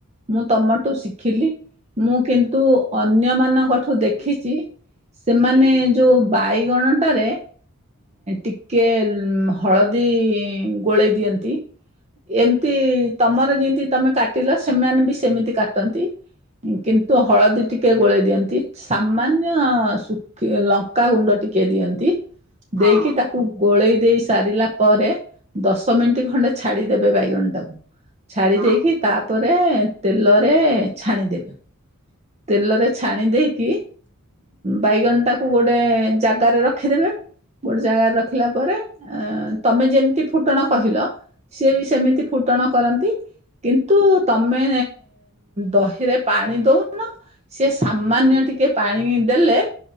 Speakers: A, on the right; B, on the right.
A: ମୁଁ ତମଠୁ ଶିଖିଲି। ମୁଁ କିନ୍ତୁ ଅନ୍ୟ ମାନଙ୍କଠୁ ଦେଖିଛି, ସେମାନେ
B: ହୁଁ
A: ଯୋଉ ବାଇଗଣଟା ରେ ଟିକେ ହଳଦୀ ଗୋଳେଇ ଦିଅନ୍ତି। ଏମତି ତମର ଯେମିତି ତମେ କାଟିଲ, ସେମାନେ ବି ସେମିତି କାଟନ୍ତି। କିନ୍ତୁ, ହଳଦୀ ଟିକେ ଗୋଳେଇ ଦିଅନ୍ତି। ସାମାନ୍ୟ, ଶୁଖି ଲଙ୍କାଗୁଣ୍ଡ ଟିକେ ଦିଅନ୍ତି। ଦେଇକି
B: ହଁ
A: ତାକୁ ଗୋଳେଇ ଦେଇ ସାରିଲା ପରେ ଦଶ ମିନିଟ୍ ଖଣ୍ଡେ ଛାଡିଦେବେ ବାଇଗଣ ଟାକୁ, ଛାଡି
B: ହଁ।
A: ଦେଇକି ତାପରେ ତେଲରେ ଛାଣିଦେବେ। ତେଲରେ ଛାଣି ଦେଇକି ବାଇଗଣ ଟାକୁ ଗୋଟେ ଜାଗାରେ ରଖିଦେବେ। ଗୋଟେ ଜାଗାରେ ରଖିଲା ପରେ, ଅ ତମେ ଯେମିତି ଫୁଟଣ କହିଲ ସିଏ ବି ସେମିତି ଫୁଟଣ କରନ୍ତି। କିନ୍ତୁ ତମେ, ଦହିରେ ପାଣି ଦଉନ। ସିଏ ସାମାନ୍ୟ ଟିକେ ପାଣି ଦେଲେ